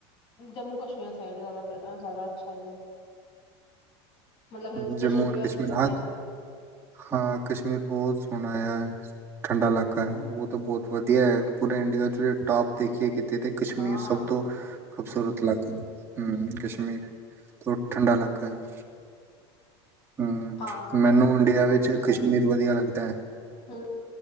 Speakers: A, on the left (about 40°); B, on the right (about 15°).
A: ਜੰਮੂ ਕਸ਼ਮੀਰ ਸਾਈਡ ਜਿਆਦਾ ਜ਼ਿਆਦਾ ਅੱਛਾ ਹੈਗਾ। ਮਤਲਬ ਹਿਲ
B: ਜੰਮੂ
A: ਸਟੇਸ਼ਨ
B: ਐਂਡ
A: ਵੀ ਔਰ
B: ਕਸ਼ਮੀਰ
A: ਬੀਚ ਸਾਈਡ
B: ਹਾਂ
A: ਵੀ।
B: ਹਾਂ ਕਸ਼ਮੀਰ ਬਹੁਤ ਸੋਹਣਾ ਹੈ ਠੰਡਾ ਇਲਾਕਾ ਹੈ ਉਹ ਤਾਂ ਬਹੁਤ ਵਧੀਆ ਹੈ ਪੂਰੇ ਇੰਡੀਆ ਟਾਪ ਦੇਖੀਏ ਕਿਤੇ ਤੇ ਕਸ਼ਮੀਰ
A: ਹਾਂ
B: ਸਭ ਤੋਂ ਖੂਬਸੂਰਤ ਇਲਾਕਾ ਹੂੰ ਕਸ਼ਮੀਰ ਬਹੁਤ ਠੰਡਾ ਇਲਾਕਾ ਹੈ। ਹਮ
A: ਹਾਂ
B: ਮੈਨੂੰ
A: ਕਸ਼ਮੀਰ
B: ਇੰਡੀਆ
A: ਬਹੁਤ
B: ਵਿੱਚ
A: ਅੱਛਾ
B: ਕਸ਼ਮੀਰ
A: ਐ,
B: ਵਧੀਆ ਲੱਗਦਾ ਹੈ
A: ਹੂੰ